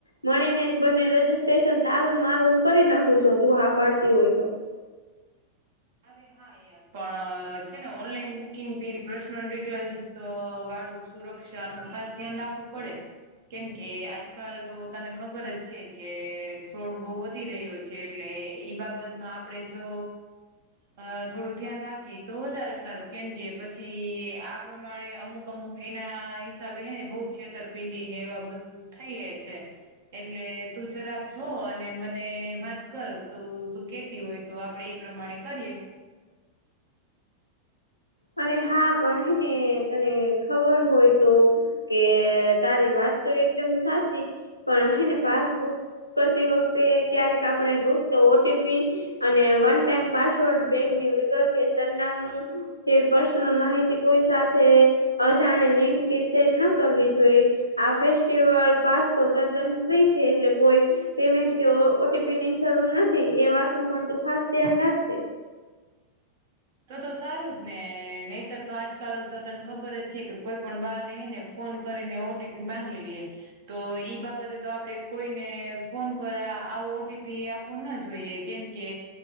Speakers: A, on the left (about 85°); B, on the right (about 55°).
A: મળીને જ બંને રજીસ્ટ્રેશન તારું મારું હું કરી નાખું છું તું હા પાડતી હોય તો
B: અરે હા એ પણ છે ને ઓનલાઈન બુકિંગ પેલી પર્સનલ ડિટેલ્સ વાળું સુરક્ષા નું ખાસ ધ્યાન રાખવું પડે. કેમ કે આજકાલ તો તને ખબર જ છે કે ફ્રોડ બહુ જ વધી રહ્યો છે એટલે ઈ બાબતમાં આપણેે જો અ થોડું ધ્યાન રાખી તો વધારે સારું કેમ કે પછી આ પ્રમાણે અમુક અમુક એના હિસાબે હે ને બહુ છેતરપિંડી ને એવા બધું થઈ એ છે. એટલે તું જરાક જો અને મને વાત કર તો તું કેતી હોય તો આપડે એ પ્રમાણે કરીએ.
A: અને હા પણ છે ને તને ખબર હોય તો કે તારી વાત તો એકદમ સાચી પણ હેને પાસબુક કરતી વખતે ક્યારેક આપણે ગુપ્ત ઓટીપી અને વન ટાઈમ પાસવર્ડ બેકની તો કે સરનામું જેવી પર્સનલ માહિતી કોઈ સાથે અજાણે લિંક કે સેડ ના કરવી જોઈએ આ ફેસ્ટિવલ પાસ તો તદ્દન ફ્રી છે એટલે કોઈ પેમેન્ટ કે ઓટીપી ની જરૂર નથી એ વાતનું પણ તું ખાસ ધ્યાન રાખજે
B: તો તો સારું જ ને નહીતર તો આજકાલ તો તને ખબર જ છે કે કોઈ પણ બાને હે ને ફોન કરીને ઓટીપી માંગી લઈએ તો ઈ બાબતે તો આપણે કોઈને ફોન પર આવું ઓટીપી આપવું ના જોઈએ કેમકે